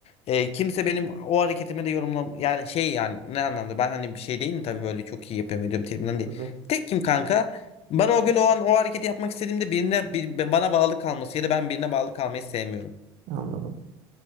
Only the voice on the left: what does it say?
Ee, kimse benim o hareketimi de yorumla yani şey yani ne anlamda ben hani bir şey değilim tabii böyle çok iyi yapıyorum ediyorum tribimden değil.
Tekim kanka. Bana o gün o an o hareketi yapmak istediğimde birine bir, bana bağlı kalması ya da ben birine bağlı kalmayı sevmiyorum.